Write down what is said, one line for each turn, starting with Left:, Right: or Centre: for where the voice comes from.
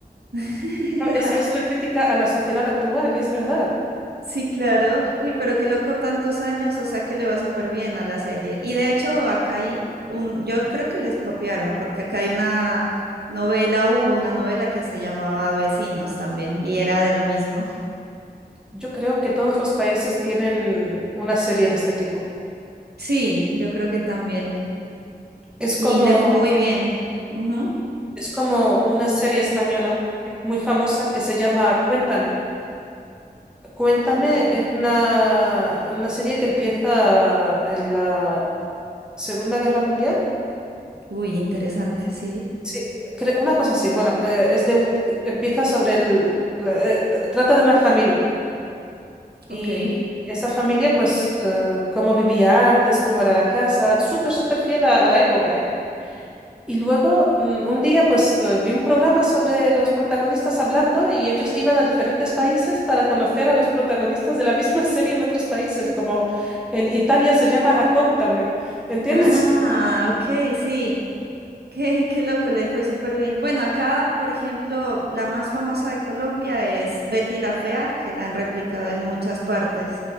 Right: <laughs>
Centre: Ah, Es, es una crítica a la sociedad actual y es verdad.
Right: Sí, claro. Uy, pero qué loco tantos años, o sea que le va súper bien a la serie. Y de hecho, acá hay un, yo creo que les copiaron, porque acá hay una novela, hubo una novela que se llamaba Vecinos también, y era de lo mismo.
Centre: Yo creo que todos los países tienen una serie de este tipo.
Right: Sí, yo creo que también.
Centre: Es
Right: Y
Centre: como
Right: le fue muy bien. Ujú.
Centre: Es como una serie española muy famosa que se llama Cuéntame. Cuéntame
Right: Cuentan.
Centre: es una, una serie que empieza en la Segunda Guerra Mundial.
Right: Uy, interesante, sí.
Centre: Sí, cre- una cosa así. Bueno, eh, es de un- empieza sobre el, la- eh, t- trata de una familia
Right: Ok.
Centre: y esa familia, pues, eh, cómo vivía antes, cómo era la casa, súper, súper fiel a, a la época, ¿eh? Y luego, mm, un día, pues eh, vi un programa sobre los protagonistas hablando y ellos iban a diferentes países para conocer a los protagonistas de la misma <laughs> serie en otros países, como en Italia se llama Raccontame, ¿entiendes?
Right: Ah, ok, sí. Qué, qué loco, le fue súper bien. Bueno, acá, por ejemplo, la más famosa de Colombia es Betty la Fea, que la han replicado en muchas partes.